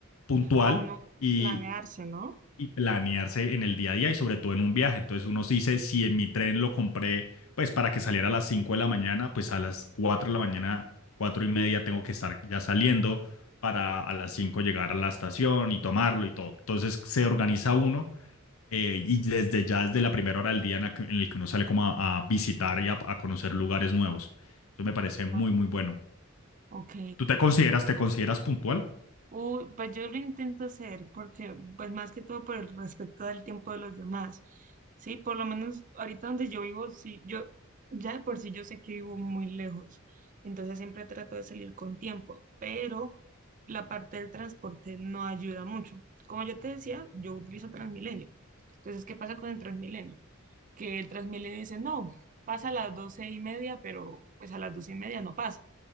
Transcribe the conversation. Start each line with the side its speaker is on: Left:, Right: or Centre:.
Left: puntual
Right: A uno
Left: y,
Right: planearse, ¿no?
Left: y planearse en el día a día y sobre todo en un viaje. Entonces uno se dice, si en mi tren lo compré pues para que saliera a las 5 de la mañana, pues a las 4 de la mañana, 4 y media tengo que estar ya saliendo para a las 5 llegar a la estación y tomarlo y todo. Entonces se organiza uno eh, y desde ya, desde la primera hora del día en la que- en el que uno sale como a, a visitar y a, a conocer lugares nuevos. Eso me parece muy,
Right: Ah,
Left: muy bueno.
Right: ok.
Left: ¿Tú te consideras, te consideras puntual?
Right: Uy, pues yo lo intento hacer porque, pues más que todo por el respeto del tiempo de los demás, ¿sí? Por lo menos ahorita donde yo vivo, sí, yo ya de por sí yo sé que vivo muy lejos, entonces siempre trato de salir con tiempo, pero la parte del transporte no ayuda mucho. Como yo te decía, yo utilizo Transmilenio. Entonces, ¿qué pasa con el Transmilenio? que el Transmilenio dice, no, pasa a las doce y media, pero pues a las doce y media no pasa.